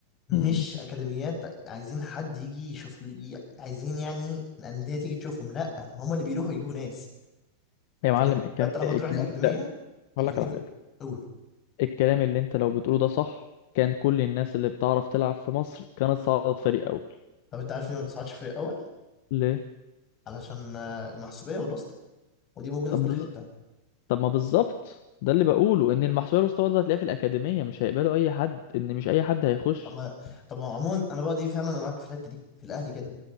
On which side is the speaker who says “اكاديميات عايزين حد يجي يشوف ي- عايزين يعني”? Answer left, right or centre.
Left